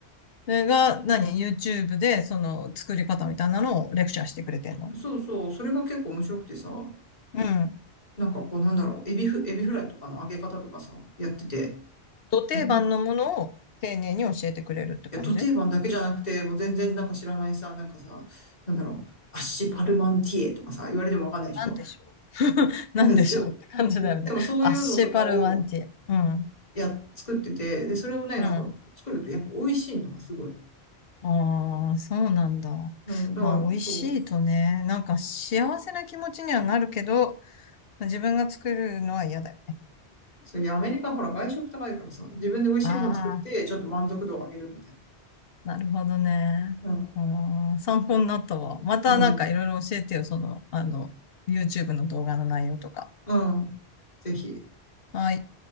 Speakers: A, on the left (about 65°); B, on the left (about 40°).
A: それが、何 ?YouTube で、その、作り方みたいなのをレクチャーしてくれてんの
B: そうそう、それが結構面白くてさ、
A: うん。
B: なんかこうなんだろう、エビフ、エビフライとかの揚げ方とかさ、やってて、
A: ど定番のものを丁寧に教えてくれるって感じ
B: うんいや、ド定番だけじゃなくて、もう全然なんか知らないさ、なんかさ、なんだろう、アッシュパルマンティエとかさ、言われてもわかんないでしょ。
A: なんでしょう <laughs>
B: うんでも、
A: なんでしょうって感じだよね。
B: でもそういうのとかを
A: アッシェパルマンティエ。うん。
B: やっ、作ってて、で、それをね、
A: うん。
B: なんか作るとやっぱ美味しいんだわ、すごい。
A: ああ、そうなんだ。
B: うん、だからそう
A: まあ、美味しいとね、なんか幸せな気持ちにはなるけど、自分が作るのは嫌だよ。
B: そう、いや、アメリカほら外食高いからさ、自分で美味しいもの作って、
A: ああ、
B: ちょっと満足度を上げるみたい
A: なるほどね。
B: な。
A: うん、参考になったわ。またなんかいろいろ教えてよ、
B: うん。
A: その、あの、YouTube の動画の内容とか。
B: うん。うん。ぜひ。
A: はい。